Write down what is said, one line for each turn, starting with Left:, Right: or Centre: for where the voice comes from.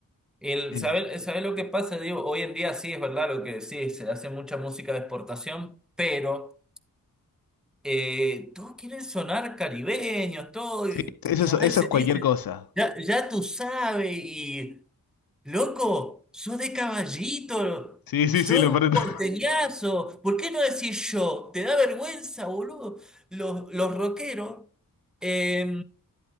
Centre: El
Left: Sí,
Centre: saber, saber lo que pasa, digo, hoy en día sí es verdad lo que decís, se hace mucha música de exportación, pero eh, todos quieren sonar caribeños, todo,
Left: Sí,
Centre: y,
Left: eso
Centre: y
Left: es,
Centre: a
Left: eso
Centre: veces
Left: es cualquier
Centre: dicen,
Left: cosa.
Centre: ya, ya tú sabes, y loco, sos de Caballito,
Left: Sí, sí,
Centre: sos
Left: sí, lo peor
Centre: un
Left: de
Centre: porteñazo,
Left: todo. <laughs>
Centre: ¿por qué no decís yo? ¿Te da vergüenza, boludo? Los, los rockeros, eh,